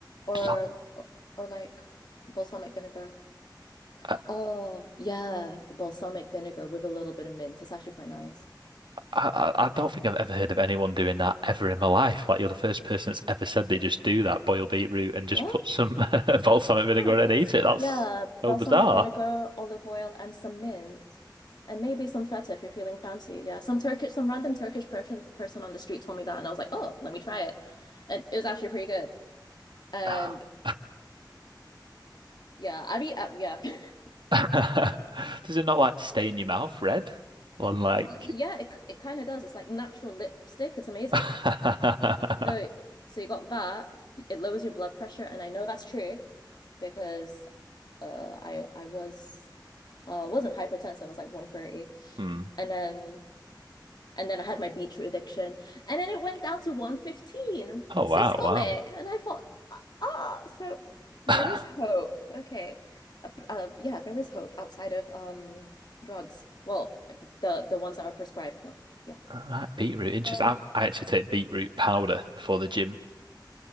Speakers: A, on the left; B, on the right.
A: Or
B: That-
A: or, or like balsamic vinegar.
B: I,
A: Oh, yeah, balsamic vinegar with a little bit of mint. It's actually quite nice.
B: I, I don't think I've ever heard of anyone doing that ever in my life. Like you're the first person that's ever said they just do that, boil beetroot and just
A: What?
B: put some <laughs> balsamic vinegar
A: Yeah,
B: on it and eat it. That's
A: yeah,
B: so
A: balsamic
B: bizarre.
A: vinegar, olive oil, and some mint, and maybe some feta if you're feeling fancy. Yeah, some Turkish, some random Turkish person person on the street told me that, and I was like, oh, let me try it, and it was actually pretty good. And
B: <sighs>
A: yeah, I mean, uh, yeah, <laughs>
B: <laughs> Does it not like stain your mouth red? On like
A: yeah, it it kind of does. It's like natural lipstick. It's amazing.
B: <laughs>
A: So so you got that. It lowers your blood pressure, and I know that's true because uh, I I was uh wasn't hypertensive. I was like 130,
B: Hmm.
A: and then. And then I had my beetroot addiction. And then it went down to 115
B: Oh
A: systolic.
B: wow, wow.
A: And I thought, ah, ah, so there
B: <laughs>
A: is hope. Okay. Uh, uh, yeah, there is hope outside of um drugs. Well, the the ones that are prescribed, not yeah.
B: Right, beetroot. Interesting.
A: Um,
B: I, I actually take beetroot powder before the gym,